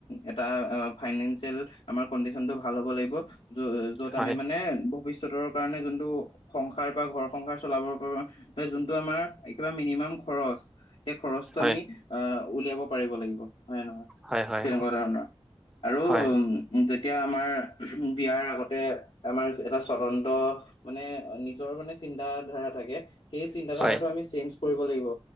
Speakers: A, on the left; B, in the centre.
A: এটা ফাইনেঞ্চিয়েল আমাৰ কডিচনটো ভাল হ'ব লাগিব। য য'ত
B: হয়
A: আমি মানে ভৱিষ্যতৰ কাৰণে যোনটো সংসাৰ বা ঘৰ সংসাৰ চলাবৰ বাবে যোনটো আমাৰ একেবাৰে মিনিমাম খৰচ। সেই খৰচটো
B: হয়
A: আমি আঁহ উলিয়াব পাৰিব লাগিব হয়ে নহয়।
B: হয় হয়
A: তেনেকুৱা ধৰণৰ, আৰু
B: হয়
A: যেতিয়া আমাৰ বিয়াৰ আগতে আমাৰ এটা স্বতন্ত্ৰ মানে নিজৰ মানে চিন্ত ধাৰা থাকে, সেই চিন্ত
B: হয়
A: ধাৰাটো আমি চেঞ্জ কৰিব লাগিব।